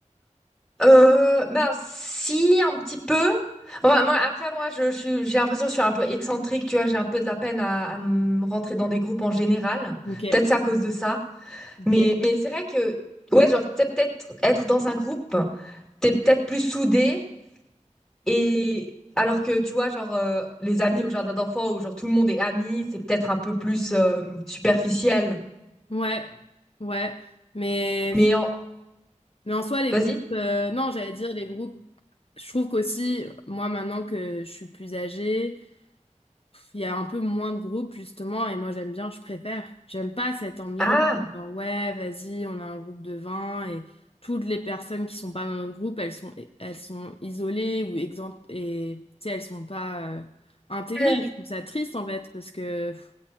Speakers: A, in the centre; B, on the left (about 50°).
A: Euh, ben si un petit peu. Ouais, moi après moi je, je suis- j'ai l'impression que je suis un peu excentrique, tu vois, j'ai un peu de la peine à, à me rentrer dans des groupes en général.
B: Ok,
A: Peut-être c'est à cause de ça.
B: ok.
A: Mais mais c'est vrai que ouais, genre t'es peut-être être dans un groupe, t'es peut-être plus soudé et alors que tu vois genre euh, les amis au jardin d'enfants où genre tout le monde est ami, c'est peut-être un peu plus euh, superficiel.
B: Ouais, ouais. Mais.
A: Mais en...
B: Mais en soi, les
A: vas-y.
B: groupes, euh, non, j'allais dire les groupes, je trouve qu'aussi, moi, maintenant que je suis plus âgée, pff, il y a un peu moins de groupes, justement, et moi, j'aime bien, je préfère. J'aime pas cette ambiance,
A: Ah,
B: où, genre, ouais, vas-y, on a un groupe de vingt et toutes les personnes qui sont pas dans notre groupe, elles sont, elles sont isolées ou exemptes, et tu sais, elles sont pas euh, intégrées.
A: eh,
B: Je trouve ça triste, en fait, parce que, pff,